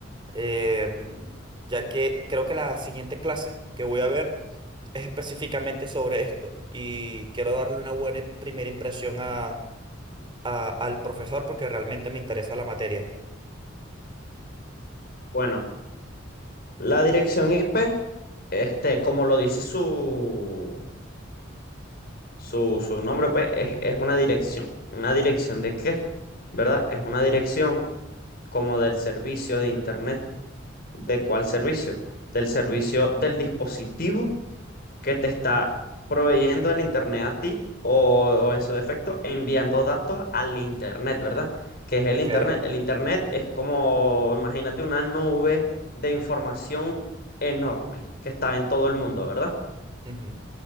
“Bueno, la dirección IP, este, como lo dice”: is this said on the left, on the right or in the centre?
Left